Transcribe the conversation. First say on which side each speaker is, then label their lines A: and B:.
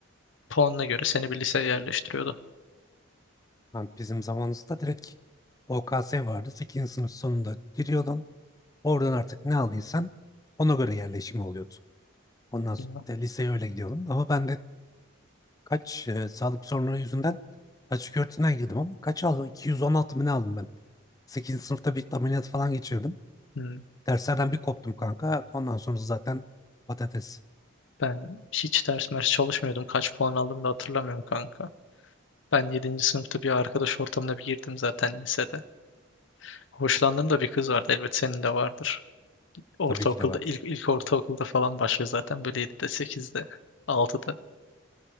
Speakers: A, on the left; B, on the left.
A: Puanına göre seni bir liseye yerleştiriyordu.
B: Lan bizim zamanımızda direkt OKS vardı. Sekizinci sınıf sonunda giriyordun. Oradan artık ne aldıysan ona göre yerleşimi oluyordu. Ondan sonra
A: Ya.
B: da liseye öyle gidiyordum. Ama ben de kaç e, sağlık sorunları yüzünden açık öğretimden girdim ama kaç aldım? 216 mı ne aldım ben? Sekizinci sınıfta bir ameliyat falan geçirdim.
A: Hmm.
B: Derslerden bir koptum kanka. Ondan sonra zaten patates
A: Ben hiç ders mers çalışmıyordum. Kaç puan aldım da hatırlamıyorum kanka. Ben yedinci sınıfta bir arkadaş ortamına bir girdim zaten lisede. Hoşlandığım da bir kız vardı. Elbet senin de vardır. Ortaokulda
B: tabii ki de vardı.
A: ilk ilk ortaokulda falan başlıyor zaten böyle yedide sekizde altıda